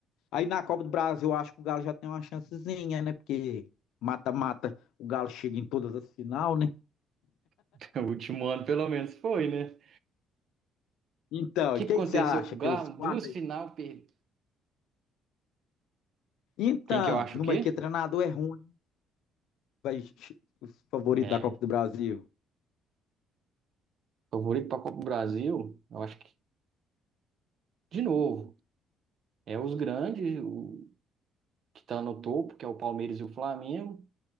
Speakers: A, on the left; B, on the right.
A: Aí na Copa do Brasil, eu acho que o Galo já tem uma chancezinha, né? Porque mata-mata, o Galo chega em todas as final, né?
B: <laughs> O último ano, pelo menos, foi, né? O
A: Então,
B: que
A: e quem
B: que aconteceu
A: que você acha?
B: com o
A: Que
B: Galo?
A: é os quatro
B: Duas final
A: aí?
B: perdidas.
A: Então,
B: Quem que eu acho
A: numa
B: o quê?
A: que treinador é ruim, vai os favoritos
B: É,
A: da Copa do Brasil.
B: favorito pra Copa do Brasil, eu acho que, de novo, é os grandes, o que tá no topo, que é o Palmeiras e o Flamengo.